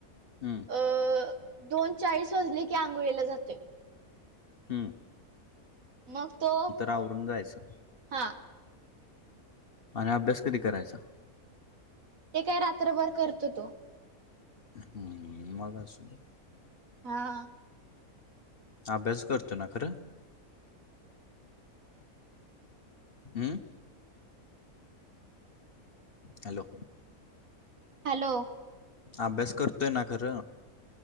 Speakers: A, on the left; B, on the right.
A: ह..
B: अ दोन चाळीस वाजले की, आंघोळीला जातोय.
A: हं...
B: मग तो...
A: आवरून जायचं
B: हा.
A: आणि अभ्यास कधी करायचा?
B: ते काय रात्रभर करतो तो.
A: हम्म मग असू दे.
B: हा.
A: अभ्यास करतो ना खरं? हूं... हॅलो.
B: हॅलो.
A: अभ्यास करतोय ना खरं?